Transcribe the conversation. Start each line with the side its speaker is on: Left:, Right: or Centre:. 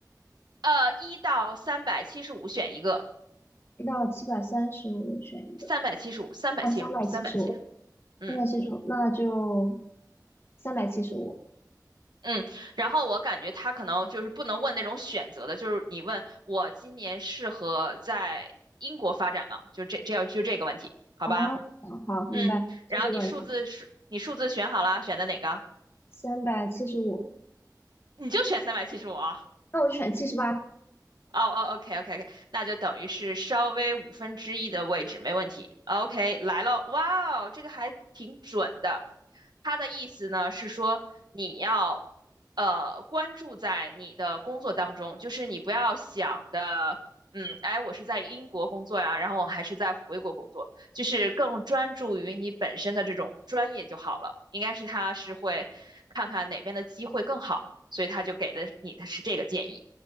Right: 呃，一到三百七十五选一个，
Left: 一到七百三十五选一个，
Right: 三百七十五，三百七十五，
Left: 哦，三百七十五，
Right: 三百七十五，嗯。
Left: 三百七十五，那就三百七十五。
Right: 嗯，然后我感觉他可能就是不能问那种选择的，就是你问我今年适合在英国发展吗？就这这要就这个问题，好吧？
Left: 哦，好，明白，
Right: 嗯，然后你数字是你数字选好了，
Left: 就这个问题。
Right: 选的哪个？
Left: 三百七十五，
Right: 你就选三百七十五啊。
Left: 那我就选七十八。
Right: 哦哦，OK，OK，OK，那就等于是稍微五分之一的位置，没问题。OK，来了，哇哦，这个还挺准的。它的意思呢是说，你要呃关注在你的工作当中，就是你不要想的，嗯，哎，我是在英国工作呀，然后我还是在回国工作，就是更专注于你本身的这种专业就好了。应该是他是会看看哪边的机会更好，所以他就给的你的是这个建议。